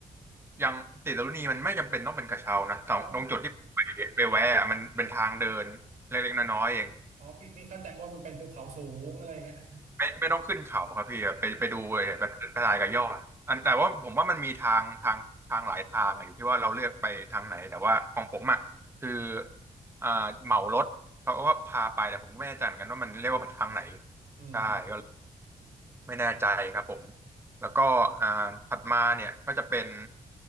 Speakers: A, on the right (about 20°); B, on the right (about 80°).
A: ยังสีดรุนีมันไม่จำเป็นต้องเป็นกระเช้านะแต่ตรงจุดที่ไปไปแวะอะมันเป็นทางเดินเล็กๆน้อยๆเอง
B: อ๋ออ๋อพี่พี่เข้าใจว่ามันเป็นภูเขาสูงอะไรอย่างเงี้ย <laughs>
A: ไม่ไม่ต้องขึ้นเขาครับพี่ไปไปดูเลยแบบกระจายกับยอดอันแต่ว่าผมว่ามันมีทางทางทางหลายทางอะอยู่ที่ว่าเราเลือกไปทางไหนแต่ว่าของผมอ่ะคืออ่าเหมารถเขาก็พาไปแต่ผมก็ไม่แน่ใจเหมือนกันว่ามันเรียกว่าทางไหน
B: อืมอืม
A: ใช่ก็เลยไม่แน่ใจครับผมแล้วก็อ่าถัดมาเนี่ยก็จะเป็น